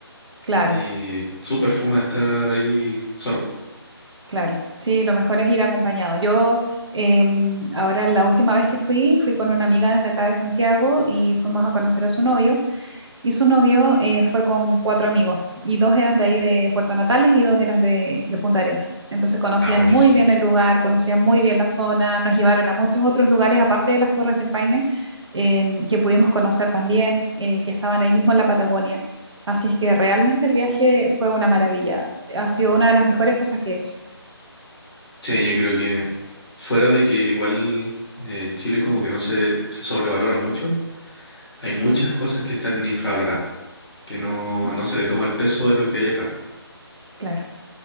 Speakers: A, on the right; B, in the centre.
A: claro.
B: y súper fome estar ahí solo.
A: Claro, sí, lo mejor es ir acompañado. Yo em, ahora la última vez que fui, fui con una amiga desde acá de Santiago y fuimos a conocer a su novio. Y su novio eh, fue con cuatro amigos y dos eran de ahí de Puerto Natales y dos eran de, de Punta Arenas. Entonces conocían
B: Ah, buenísimo.
A: muy bien el lugar, conocían muy bien la zona, nos llevaron a muchos otros lugares aparte de las Torres del Paine em, que pudimos conocer también, eh, que estaban ahí mismo en la Patagonia. Así es que realmente el viaje fue una maravilla, ha sido una de las mejores cosas que he hecho.
B: Sí, yo creo que fuera de que igual eh, Chile como que no se, se sobrevalora mucho, hay muchas cosas que están infravaloradas, que no,
A: Mm.
B: no se le toma el peso de lo que hay acá.
A: Claro,